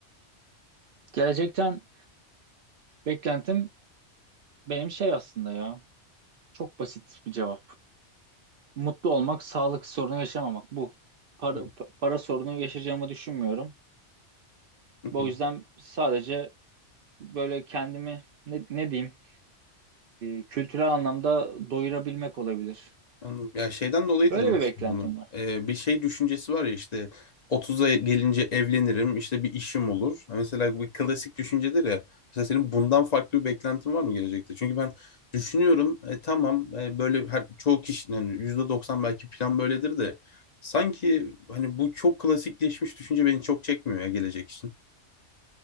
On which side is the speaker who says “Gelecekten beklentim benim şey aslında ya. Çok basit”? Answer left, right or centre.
Right